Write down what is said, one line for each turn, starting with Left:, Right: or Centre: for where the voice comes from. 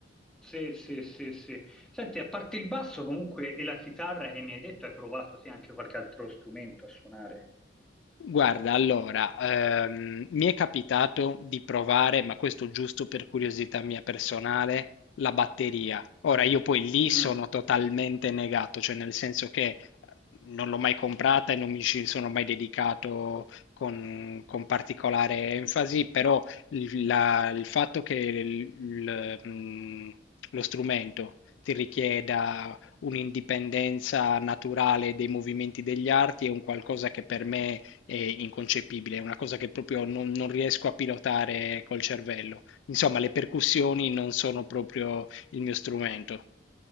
Centre: Sì, sì, sì, sì. Senti, a parte il basso comunque e la chitarra che mi hai detto, hai provato sì, anche qualche altro strumento a suonare.
Left: Guarda, allora, ehm, mi è capitato di provare, ma questo giusto per curiosità mia personale, la batteria. Ora, io poi lì sono
Centre: Mm,
Left: totalmente negato, cioè nel senso che eh, non l'ho mai comprata e non mi ci sono mai dedicato con, con particolare enfasi, però il, la- il fatto che il- il, mm, lo strumento ti richieda un'indipendenza naturale dei movimenti degli arti è un qualcosa che per me è inconcepibile, è una cosa che proprio non, non riesco a pilotare col cervello. Insomma, le percussioni non sono proprio il mio strumento.